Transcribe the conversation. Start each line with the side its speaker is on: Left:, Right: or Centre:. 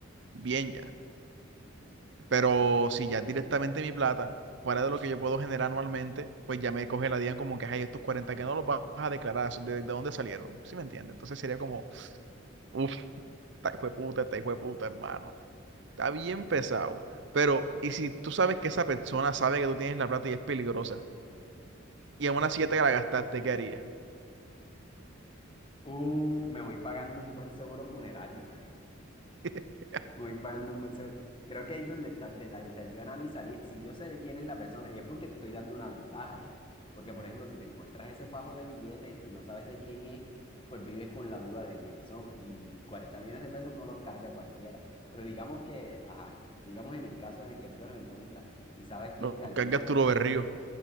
Right: bien ya. Pero si ya es directamente mi plata, fuera de lo que yo puedo generar anualmente, pues ya me coge la DIAN como que, ay, estos 40 que no los vas a declarar, ¿de, de dónde salieron? ¿Sí me entiende Entonces sería como, uff, esta hijo de puta, esta hijo de puta, hermano. Está bien pesado. Pero, ¿y si tú sabes que esa persona sabe que tú tienes la plata y es peligrosa? Y aún así ya te la gastaste, ¿qué harías?
Left: Uff, me voy pagando un buen seguro funerario.
Right: <laughs>
Left: Voy pagando un buen seguro. Creo que ahí es donde está el detalle. O sea, yo analizaría, si yo sé de quién es la persona, y es porque estoy dando una ventaja ya. Porque, por ejemplo, si te encuentras ese fajo de billetes y no sabes de quién es, pues vives con la duda de quién son. Y 40 millones de pesos no los carga cualquiera. Pero digamos que, ajá, digamos en el caso en el que tú te los encuentras y sabes que
Right: Lo
Left: es de alguno
Right: cargas
Left: de,
Right: tú lo berrío.